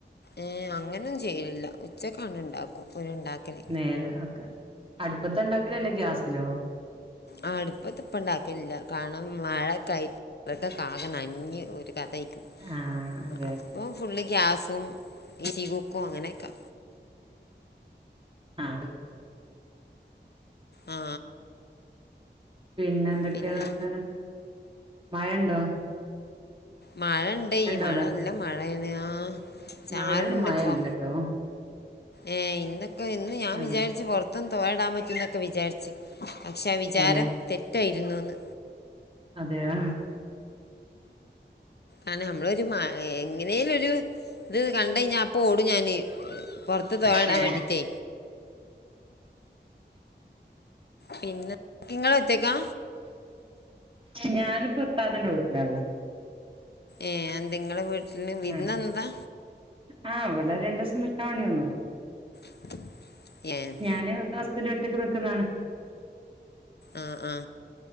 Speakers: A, on the left; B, on the right.
A: ഏഹ് അങ്ങനും ചെയ്യലില്ല ഉച്ചക്കാണ്ട് ണ്ടാക്കും ഒര്ണ്ടാക്കല്.
B: നേരെ ഒക്കെ അടുപ്പത്താണ്ടാക്കല് അല്ലേ ഗ്യാസിലോ?
A: ആ അടുപ്പത്തിപ്പംഉണ്ടാക്കില്ല കാരണം മഴക്കായി ആകെ നനഞ്ഞ് ഒരു കഥയ്ക്ക്ണ്
B: ആ അതെ
A: അപ്പം
B: അതെ
A: ഫുള്ളി ഗ്യാസും ഈസി കുക്കും അങ്ങനെയൊക്കെ
B: ആ
A: ആ
B: പിന്നെ എന്തൊക്കെയാണ്
A: പിന്നെ
B: വർത്താനം? മഴ ഉണ്ടോ?
A: മഴഉണ്ടേ മഴ
B: അവിടെ
A: നല്ല മഴ തന്നെയാ
B: എന്നാ
A: ചാറലുണ്ട്
B: ഇവിടെന്നും മഴല്ലട്ടോ
A: ഇപ്പൊ. ഏ ഇന്നിപ്പം ഇന്ന് ഞാൻ
B: ആ
A: വിചാരിച്ച് പുറത്തുന്ന് തോലടാൻ പറ്റു എന്നൊക്കെ വിചാരിച്ചു. പക്ഷെ വിചാരം
B: ഏ
A: തെറ്റായിരുന്നുന്ന്.
B: അതെയോ
A: അങ്ങനെ നമ്മളൊരു എങ്ങനെലൊരു ത് കണ്ടു കഴിഞ്ഞാ ഞാൻ അപ്പം ഓടും ഞാൻ പുറത്ത് തോരാടാൻ
B: ഏ
A: വേണ്ടീട്ടേ. പിന്നെ നിങ്ങളെ ഒറ്റക്കാ
B: ഞാനിപ്പോ ഇത്താതന്റെ വീട്ടിലാ ഉള്ളത്.
A: ഏ അത് എൻതേ നിങ്ങടെ വീട്ടല് വിരുന്ന്
B: ആ
A: വന്നതാ
B: ആ ഇവിടെ രണ്ടുസം നിൽക്കാൻ വേണ്ടി വന്നതാ.
A: <unintelligible>
B: ഞാനും ഹസ്ബൻഡും ഒറ്റക്ക് നിക്കുന്നതാണ്.
A: ആ ആ